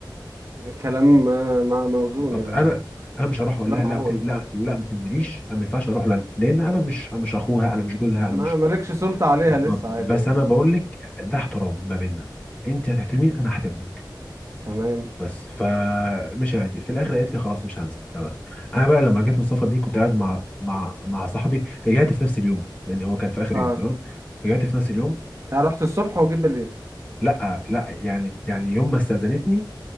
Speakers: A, on the right; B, on the left.
A: كلام
B: بس
A: آه، م- موزون
B: بالظبط
A: يعني
B: انا انا مش هروح اقول
A: كلام
B: لها لا
A: معقول
B: ما تن- لا لا ما تنزليش انا ما ينفعش اروح لها لان انا مش أنا مش اخوها انا مش جوزها انا
A: ما
B: مش
A: مالكش سلطة عليها
B: بالظبط
A: لسه عادي
B: بس
A: يعني.
B: انا بقول لك ده احترام ما بيننا انت هتحترمين انا هحترمك
A: تمام
B: بس فمش هت- في الاخر قالت لي خلاص مش هنزل لا لا. انا بقى لما رجعت من السفر دي كنت قاعد مع مع مع صاحبي رجعت في نفس اليوم لان هو كان في اخر
A: اه
B: يوم تمام رجعت في نفس اليوم
A: انا رحت الصبح وجيت بالليل
B: لا لا يعني يعني يوم ما استاذنتني